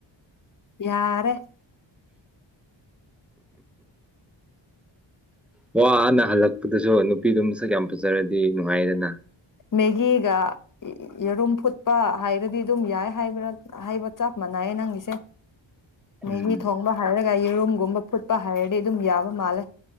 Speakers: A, on the left (about 40°); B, in the centre.
A: ꯌꯥꯔꯦ
B: ꯍ ꯋꯥ ꯍꯥꯟꯅ ꯍꯜꯂꯛꯄꯗꯁꯨ ꯅꯨꯄꯤꯗꯨꯝ ꯁꯛꯀ ꯌꯥꯝꯌꯥꯝ ꯐꯠꯆꯔꯗꯤ ꯅꯨꯡꯉꯥꯏꯗꯅ
A: ꯃꯦꯒꯤꯒ ꯌꯦꯔꯨꯝ ꯐꯨꯠ ꯆꯄ ꯍꯥꯏꯔꯗꯤ ꯑꯗꯨꯝ ꯌꯥꯏ ꯍꯥꯏꯕ ꯍꯥꯏꯕ ꯆꯞ ꯃꯥꯟꯅꯩꯌꯦ ꯅꯪꯒꯤꯁꯦ
B: ꯎꯝ
A: ꯃꯦꯒꯤ ꯊꯣꯡꯕ ꯍꯥꯏꯔꯒ ꯌꯦꯔꯨꯝꯒꯨꯝꯕ ꯐꯨꯠꯄ ꯍꯥꯏꯔꯗꯤ ꯑꯗꯨꯝ ꯌꯥꯕ ꯃꯥꯜꯂꯦ